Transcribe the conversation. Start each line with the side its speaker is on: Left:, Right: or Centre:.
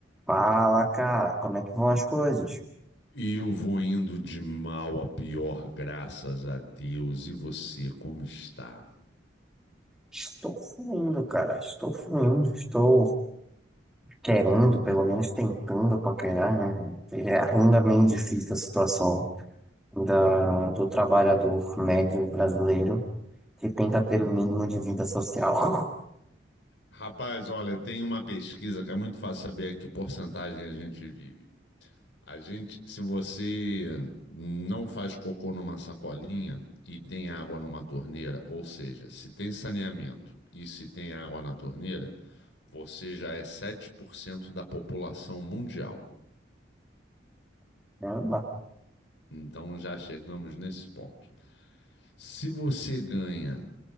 Centre: Fala, cara, como é que vão as coisas?
Left: E eu vou indo de mal a pior, graças a Deus. E você, como está?
Centre: Estou fluindo, cara, estou fluindo, estou querendo, pelo menos tentando paquerar, né? É ainda meio difícil a situação da, do trabalhador médio brasileiro que tenta ter
Left: Hum.
Centre: o mínimo de vida social.
Left: Rapaz, olha, tem uma pesquisa que é muito fácil saber que porcentagem a gente vive. A gente, se você não faz cocô numa sacolinha e tem água numa torneira, ou seja, se tem saneamento e se tem água na torneira, você já é 7% da população mundial.
Centre: <laughs> Caramba,
Left: Então já chegamos nesse ponto. Se você ganha